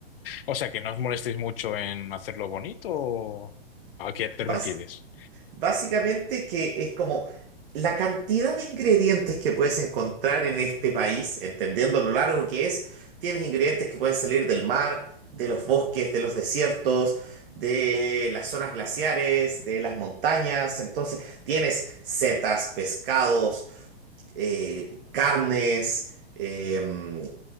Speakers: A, on the left (about 60°); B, on the right (about 55°).
A: O sea, que no os molestéis mucho en hacerlo bonito o... ¿A qué te
B: Vas
A: refieres?
B: Básicamente que es como la cantidad de ingredientes que puedes encontrar en este país, entendiendo lo largo que es, tienes ingredientes que pueden salir del mar, de los bosques, de los desiertos, de las zonas glaciares, de las montañas. Entonces tienes setas, pescados, eh, carnes. em,